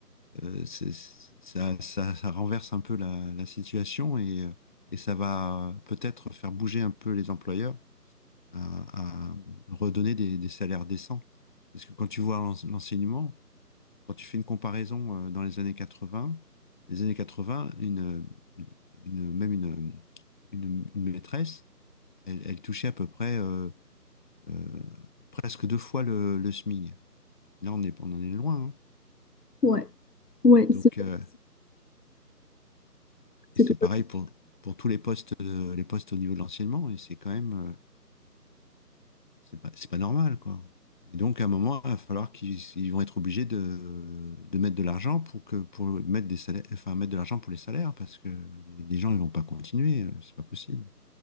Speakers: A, on the left (about 30°); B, on the left (about 70°).
A: euh, c'est- c'est- ça, ça, ça renverse un peu la, la situation et, euh, et ça va peut-être faire bouger un peu les employeurs à, à redonner des, des salaires décents. Parce que quand tu vois l'ense- l'enseignement, quand tu fais une comparaison euh, dans les années 80, les années 80, une, une, une- même une, une, une maîtresse, elle, elle touchait à peu près euh, euh, presque deux fois le, le SMIC. Là, on, est, on en est loin. hein.
B: Ouais, ouais,
A: Donc,
B: c'est
A: euh,
B: c'est
A: et c'est
B: tout.
A: pareil
B: à fait-
A: pour, pour tous les postes, euh, les postes au niveau de l'enseignement. Et c'est quand même, euh, c'est pas, c'est pas normal, quoi. Et donc, à un moment, il va falloir qu'ils ils vont être obligés de, de mettre de l'argent pour que, pour mettre des salaires, enfin, mettre de l'argent pour les salaires parce que les, gens, ils vont pas continuer. euh, C'est pas possible.